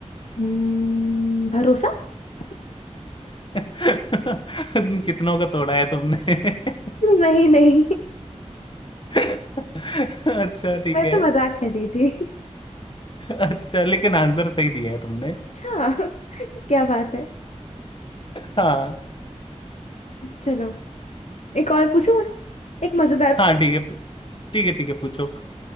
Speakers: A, on the left; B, on the left.
A: हम्म, भरोसा <laughs>
B: <laughs> कितनों का तोड़ा है तुमने
A: नहीं नहीं
B: <laughs> अच्छा ठीक
A: मैं
B: है
A: तो मजाक कर रही थी
B: अच्छा लेकिन आंसर सही दिया है तुमने
A: अच्छा <laughs> क्या बात है
B: हाँ
A: चलो एक और पूछूं मैं एक मजेदार
B: हाँ ठीक है ठीक है ठीक है पूछो